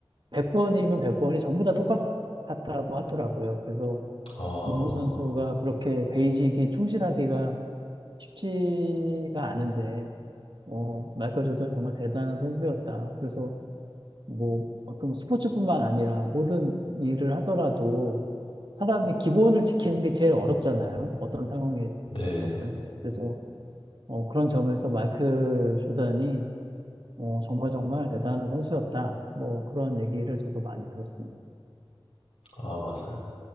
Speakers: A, on the right; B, on the left.
A: 100번이면 100번이 전부 다 똑같았다고 하더라고요. 그래서
B: 아,
A: 농구 선수가 그렇게 베이직이 충실하기가 쉽지가 않은데, 어, 마이클 조던 정말 대단한 선수였다. 그래서 뭐 어떤 스포츠뿐만 아니라 모든 일을 하더라도 사람이 기본을 지키는 게 제일 어렵잖아요. 어떤 상황에서든.
B: 네.
A: 그래서 어, 그런 점에서 마이클 조던이 어, 정말 정말 대단한 선수였다. 뭐 그런 얘기를 저도 많이 들었습니다.
B: 아, 맞아요.